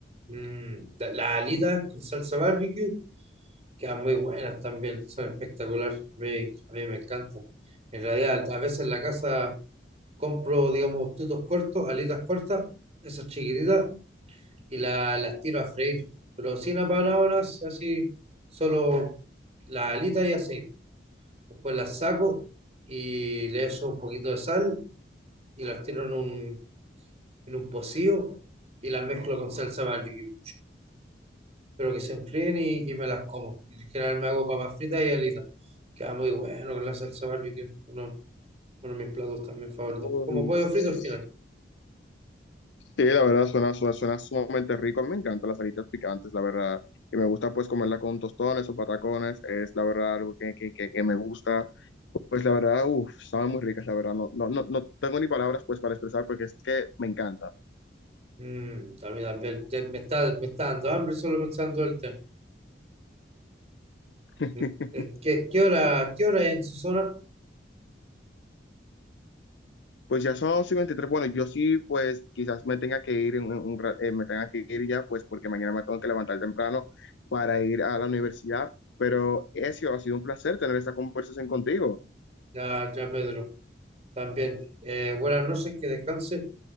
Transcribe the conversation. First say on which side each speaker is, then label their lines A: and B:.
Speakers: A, on the right; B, on the left.
A: Mm, ta- las alitas con salsa barbecue quedan muy buenas también, son espectaculares. A mí, a mí me encantan. En realidad, a veces en la casa compro, digamos, tutos cortos, alitas cortas, esas chiquititas, y la- las tiro a freír. Pero sin apanadoras, así, solo las alitas y aceite. Después las saco y le echo un poquito de sal y las tiro en un, en un pocillo y las mezclo con salsa barbecue. Pero que se enfríen y que me las como. Y en general me hago papas fritas y alitas. Queda muy bueno con la salsa barbecue. Uno, uno de mis platos también favoritos.
B: Uy,
A: Como pollo
B: Sí,
A: frito al final.
B: la verdad suena, suena, suena sumamente rico. A mí me encantan las alitas picantes, la verdad. Y me gusta pues comerla con tostones o patacones. Es la verdad algo que, que, que, que me gusta. Pues la verdad, uff, saben muy ricas, la verdad. No, no, no, no tengo ni palabras pues para expresar porque es que me encanta.
A: Mm, también, también. Me está, me está dando hambre solo pensando el tema.
B: <laughs>
A: <laughs> ¿Qué, qué hora, qué hora es en su zona?
B: Pues ya son las 11 y 23. Bueno, yo sí pues quizás me tenga que ir, en un- un ra- eh, me tenga que ir ya pues porque mañana me tengo que levantar temprano para ir a la universidad. Pero eso ha sido un placer tener esta conversación contigo.
A: Ya, ya, Pedro. También. Eh, buenas noches, que descanse.